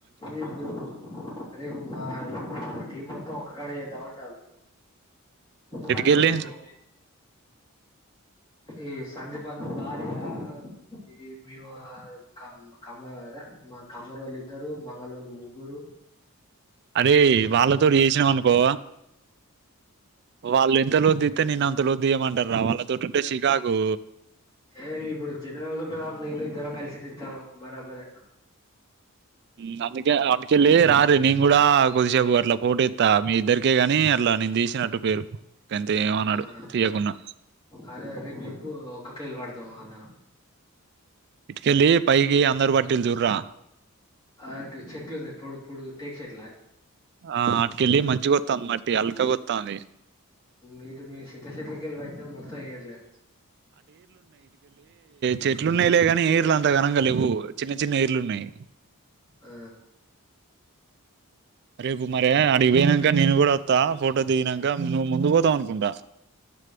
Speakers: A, on the left (about 20°); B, on the right (about 50°).
A: ఇప్పుడూ రేపు మా ఇప్పు మా టీమ్ ఒక్కకాడ చేద్దాం అంటాన్లు. పది
B: ఇటుకెళ్ళి
A: మంది ఉన్నం. ఈ సందీప్ అన్న భార్యా ఆ ఈ మీవా క కమ్మ అద మా కమ్మరోల్ ఇద్దరు, మంగళోల్ ముగ్గురూ.
B: అరే వాళ్ళతోటి చేసినాం అనుకో వాళ్ళు ఎంతలోత్ దిగితే నిన్ అంతలోత్ దిగమంటర్రా, వాళ్ళతోటి ఉంటే షికాకూ.
A: ఏ ఇపుడు జనగావుల పెద్దబాపు నేను ఇద్దరం కలిసి దిగుతానం బరాబరే.
B: ఉమ్ అందుకే అంటుకెళ్ళీ రారి నేన్ గూడా కొదిసేపు అట్ల. వోట్ ఏత్తా మీ ఇద్దరికే గానీ లా నేను తీసినట్టు పేరు గంతే ఏమనడు
A: ఆ
B: తీయకున్నా
A: అదే రేపు చెప్పు ఒక్కక్కేళ్ళి పడదం అందరం
B: ఇట్కెళ్లి పైకి అందరు బట్టిళ్ళు చూడ్రా
A: అటు చెట్లు ఉన్నాయి పొడు పొడుగు టేక్ చెట్
B: ఆ ఆట్కిెళ్ళలి మంచిిగా వాతంది మ ట్టి ఆల్కగా వాతంది
A: మీ ఇటు మీ చింత చెట్ల కేళి పట్టినం మొత్తం ఎర్లే
B: చెట్లు ఉన్నాయిలేగానీ ఏర్లు అంత ఘనంగా లేవు చిన్న చిన్న ఏర్లు ఉన్నాయి
A: ఆ
B: రేపు మరి ఆడికి పోయినక్కా నేను కూడా వసత్త ఫోటో దిగినక నువ్వు ముందు పోతావు అనుకుంటా